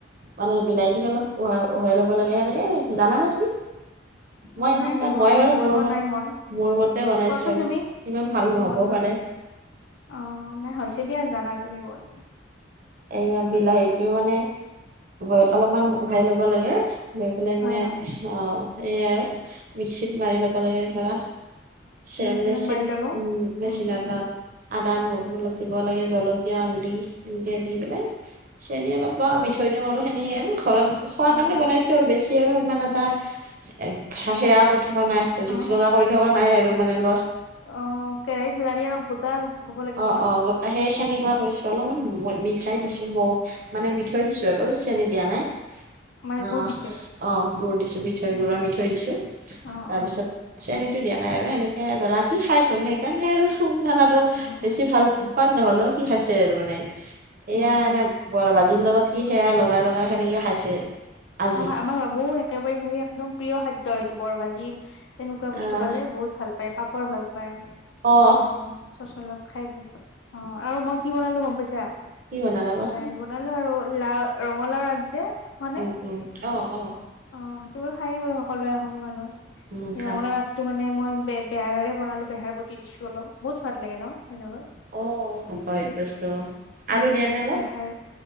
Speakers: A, on the right (about 45°); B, on the left (about 80°).
A: মানে বিলাহী খিনি অলপ
B: অ
A: উাই উাই ল নান নাদমি
B: অ
A: মই ইমানটা
B: নাই নাই বনাই
A: মই বাৰু
B: বনোৱা
A: মোৰ ম
B: নাই মই
A: মোৰ মতে বনাইছো
B: কোৱাচোন
A: আৰু
B: তুমি
A: ইমান ভালহ'ব
B: মই বনোৱা
A: পাৰে।
B: নাই বাৰু অ নাই হ হৈছে দিয়া জানা তুমি বত
A: এয়া বিলাহীটো মানে বইল অলপমান উহাই ল'ব লাগে। লৈ পেলাই
B: হয়
A: মানে
B: হয়
A: অ সেয়াই আৰু মিক্সিত মাৰি ল'ব লাগে ধৰা স
B: মেচিনত
A: মানে
B: মাৰি ললো
A: উ মেচিনাটা
B: উম উম
A: আদা নহৰু অলপ দিব লাগে জলকীয়া গুৰি দি পেলাই চেনি অলপ বা মিঠৈ দিওঁ আৰু সেনে ঘৰত, খোৱা
B: হয়
A: কাৰণে
B: হয়
A: বনাইছো আৰু বেছি আৰু মানে এটা এ সেয়া, থকা নাই
B: অ
A: জুতি লগা
B: অ
A: কৰি থকা নাই আৰু মানে লয়।
B: অ কেৰাহীত লাৰি অলপ গোটা হ'ব লাগিব
A: অ
B: ন
A: অ গোটাহ সেই সেনেকুৱা কৰিছো অলপমান মই মিঠাই
B: অ
A: দিছো ম মানে মিঠৈ
B: উ
A: দিছো আৰু
B: উ
A: চেনিী দিয়া নাই,
B: মানে
A: অ
B: গুৰ দিছে
A: অ গুডুৰ দিছো মিঠৈ
B: অ
A: গুডুৰৰ মিঠৈ দিছো
B: অ
A: তাৰপিছত
B: অ
A: চেনীটো দিয়, সকাৰণে আৰু সেনেকে ধৰা সি খাইচোন সেইকাৰণে আৰু মানৰ
B: উম উম
A: সোৱাদ নহলেও কি খাইছে আৰু মানে এয়া
B: উম উম
A: এনে বৰা বাজিৰ লগত কি সেয়া, লগাই লগাই সেনেকে খাইছে। আজি
B: অ আমাৰ বাবু একেবাৰে সেই একদম প্ৰিয় খাদ্য আৰু এইটো বৰ ভাজি তেনেকুৱা
A: আহ
B: বস্তু পালে বহুত ভাল পায় পাপৰ ভাল পায়।
A: অ
B: মানে চচলপ খাই ভাল পাল অ আৰু মই কি বনালো গম পাইছা।
A: কি বনালা কোৱাচোন
B: দাইল বনালো আৰু লা ৰঙালাও ৰাখজে মানে
A: উম উম অ' অ'।
B: সেইটো বোৰো খায়ে বাৰু সকলোৱে অসমীয়া মানুহে
A: উম
B: এই
A: খাম
B: ৰঙলৰ ৰাসটো মানে, মানে মই বে বেহাৰেৰে বনালো বেহাৰ প দিছো অলপ বহুত সোৱাদ লাগে ন তেনেকুৱা
A: অ পাহৰিত
B: উ
A: বস্তু
B: উম
A: আলু দিয়া নে অলপ
B: বেহাৰ